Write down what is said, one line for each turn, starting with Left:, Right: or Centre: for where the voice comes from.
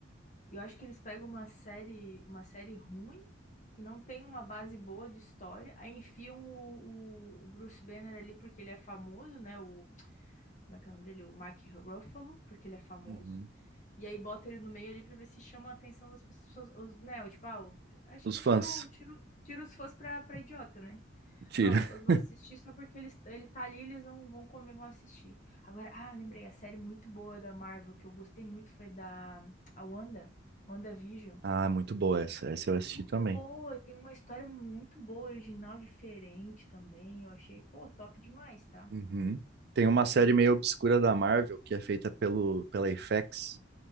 Left: E Eu acho que eles pegam uma série, uma série ruim, que não tem uma base boa de história, aí enfiam o, o- o Bruce Banner ali porque ele é famoso, né? O, como é que é o nome dele? O Mark Ruffalo, porque ele é famoso.
Right: Uhum.
Left: E aí bota ele no meio ali pra ver se chama a atenção das pessoas, os, né? o Tipo, ah, o- acho
Right: Os
Left: que tira,
Right: fãs.
Left: o- tira, o- tira os fãs pra, pra idiota, né?
Right: Tira.
Left: Ah, os fãs
Right: <laughs>
Left: vão assistir só porque ele, ele tá ali, eles vão, vão comer, vão assistir. Agora, ah, lembrei, a série muito boa da Marvel, que eu gostei muito, foi da a Wanda, WandaVision.
Right: Ah, muito boa essa. Essa eu assisti
Left: Muito
Right: também.
Left: boa, e tem uma história muito boa, original, diferente também. Eu achei, pô, top demais, tá?
Right: Uhum. Tem
Left: Achei
Right: uma
Left: muito
Right: série
Left: boa.
Right: meio obscura da Marvel que é feita pelo, pela FX.